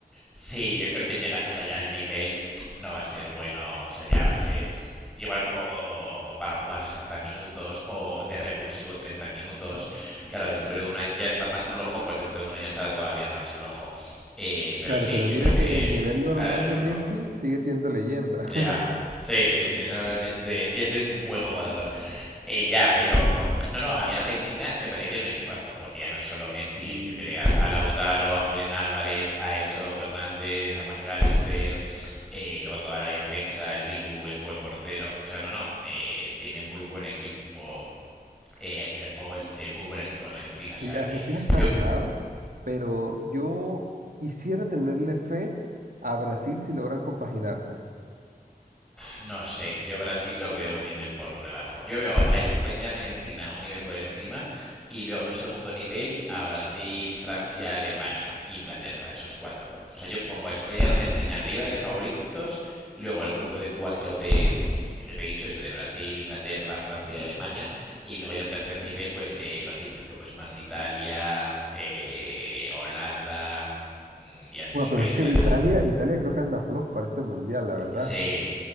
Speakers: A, in the centre; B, on the right.
A: Sí, yo creo que llega, o sea, ya el nivel no va a ser bueno, o sea, ya va a ser igual o, o- o- o para jugar 60 minutos o de revulsivo 30 minutos. Claro, dentro de un año ya está más flojo, pues dentro de un año estará todavía más flojo. Eh, pero
B: Claro,
A: sí,
B: pero
A: yo
B: mira
A: creo
B: que
A: que
B: el nivel normal
A: hará el esfuerzo.
B: de Messi sigue siendo leyenda.
A: Ya,
B: <laughs>
A: sí, el nivel de Messi es de, es de un buen jugador. Eh, ya, pero no, no, a mí Argentina me parece que tiene un equipazo, porque ya no es solo Messi,
B: Y
A: que tiene a, a Lautaro, a Julián Álvarez, a Enzo Fernández, a McAllister, eh, y luego toda la defensa, el Dibu es buen portero. O sea, no, no, eh, tiene muy buen equipo eh, De Paul, tiene muy buen equipo Argentina. O sea
B: Sí, Argentina
A: que
B: está
A: yo,
B: armado, pero yo quisiera tenerle fe a Brasil si logran compaginarse.
A: No sé, yo Brasil lo veo un nivel por debajo. Yo veo a España y Argentina un nivel por encima y luego en un segundo nivel a Brasil, Francia, Alemania e Inglaterra, esos cuatro. O sea, yo pongo a España y Argentina arriba de favoritos, luego el grupo de cuatro de mm, que te he dicho, eso de Brasil, Inglaterra, Francia y Alemania, y luego ya un tercer nivel, pues de lo típico, pues más Italia, eh, Holanda, mm, y así,
B: Bueno,
A: países
B: pero es que
A: así.
B: Italia, Italia creo que anda flojo para este mundial, la verdad.
A: Sí,